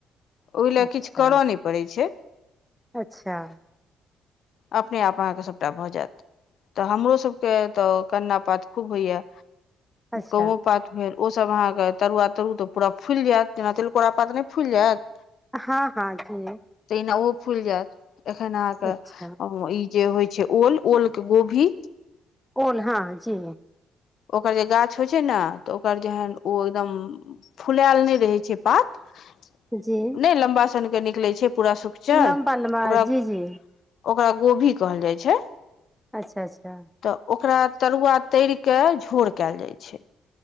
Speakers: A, on the left (about 65°); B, in the centre.
A: ओहि ले
B: अच्छा
A: किछु कर नहि पड़ै छै
B: अच्छा
A: अपने आप अहाँ के सभटा भऽ जायत तऽ हमरो सबके तऽ कन्ना पात खूब होइया
B: अच्छा
A: कौओ पात भेल ओ सभ अहाँके तरुआ तरु तऽ पूरा फुलि जायत जेना तिलकोरा पात नहि फुलि जायत
B: हँ हँ जी
A: तहिना ओ फुलि जायत एखन अहाँ के
B: अच्छा
A: ई जे होइ छै ओल ओल के गोभी
B: कोन हँ जी
A: ओकर जे गाछ होइ छै ने तऽ ओकर जेहन ओ एकदम फुलायल नहि रहै छै पात <unintelligible>
B: जी
A: नहि लम्बा सन के निकलै छै पूरा सुक्चर
B: लम्बा लम्बा
A: ओकरा
B: जी जी
A: गोभी कहल जाय छै
B: अच्छा अच्छा
A: तऽ ओकरा तरूआ तर के झोर कैयल जाइ छै